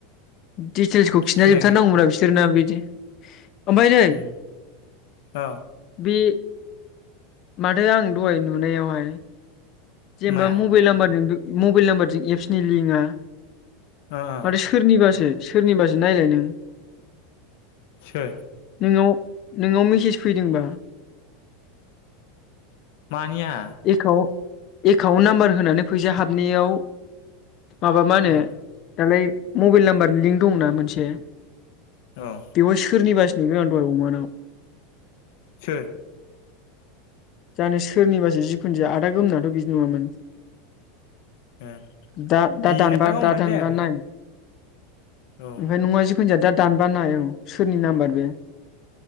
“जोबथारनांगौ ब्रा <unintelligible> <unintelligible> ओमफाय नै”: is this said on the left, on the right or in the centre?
Left